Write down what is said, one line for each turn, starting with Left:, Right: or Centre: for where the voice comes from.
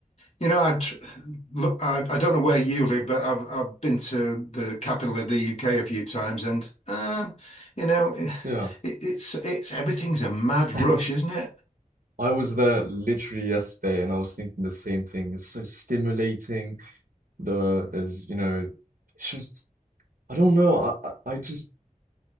Left: you know, I tr- look, I, I don't know where you live, but I've I've been to the capital of the UK a few times, and uh, you know, it,
Right: Yeah.
Left: it's it's everything's a mad rush,
Right: And
Left: isn't it?
Right: I was there literally yesterday and I was thinking the same thing. It's so stimulating. The there's, you know, it's just I don't know. I I I just